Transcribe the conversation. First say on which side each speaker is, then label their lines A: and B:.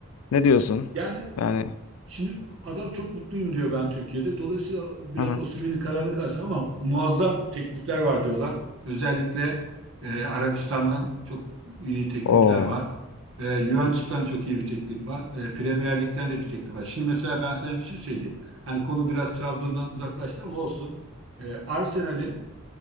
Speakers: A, on the left; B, on the right.
A: Ne diyorsun?
B: Yani
A: Yani
B: Şimdi adam çok mutluyum diyor ben Türkiye'de. Dolayısıyla biraz
A: aha.
B: Osimhen'in kararına karşı ama muazzam teklifler var diyorlar. Özellikle e, Arabistan'dan çok iyi teklifler
A: Oo.
B: var. E, Juventus'tan çok iyi bir teklif var. E, Premier Lig'den de bir teklif var. Şimdi mesela ben sana bir şey söyleyeyim. Hani konu biraz Trabzon'dan uzaklaştı ama olsun. E, Arsenal'in